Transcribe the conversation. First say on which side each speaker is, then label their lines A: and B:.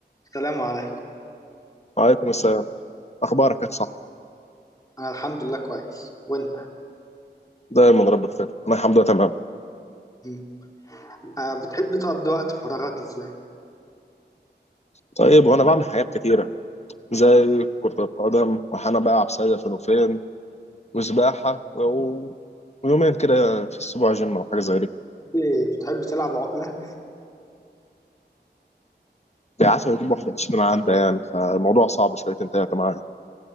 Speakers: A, on the left (about 20°); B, on the left (about 35°).
A: السلام عليكم
B: وعليكم السلام اخبارك يا صاحبي
A: أنا الحمد لله كويس وأنت
B: دايما رب بخير انا الحمد لله تمام
A: مم. آه بتحب تقضي وقت فراغك إزاي؟
B: طيب وانا بعمل حاجات كتيره زي كره القدم وحنا بقى عبثيه فين وفين وسباحه و... ويومين كده في الاسبوع جيم او حاجه زي دي
A: بتحب بتحب تلعب عقلة؟
B: بيعافى يجيب 21 عدى يعني فالموضوع صعب شويتين تلاته معايا